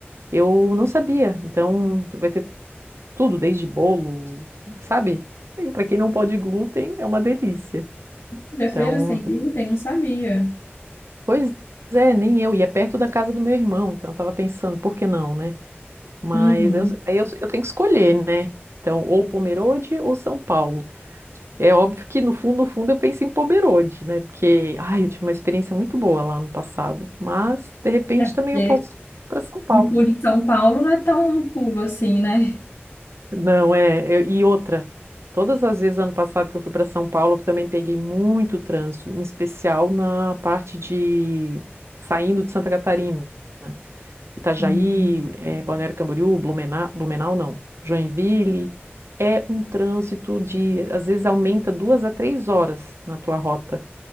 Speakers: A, on the right; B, on the left.
A: Eu não sabia, então vai ter tudo, desde bolo, sabe? Para quem não pode glúten, é uma delícia.
B: De feira
A: Então,
B: sem glúten, não sabia.
A: Pois é, nem eu. E é perto da casa do meu irmão, então eu tava pensando, por que não, né? Mas
B: Uhum.
A: eu, aí eu, eu tenho que escolher, né? Então, ou Pomerode ou São Paulo. É óbvio que no fundo, no fundo, eu penso em Pomerode, né? Porque, ai, eu tive uma experiência muito boa lá no passado. Mas, de repente,
B: É porque
A: também eu posso ir para São Paulo.
B: um pulo em São Paulo não é tão um pulo assim, né?
A: Não, é. eu- e outra, todas as vezes ano passado que eu fui para São Paulo, eu também peguei muito trânsito, em especial na parte de saindo de Santa Catarina. Itajaí,
B: Uhum.
A: eh, Balneário Camboriú, Blumenau, Blumenau não, Joinville, é um trânsito de, às vezes aumenta duas a três horas na tua rota.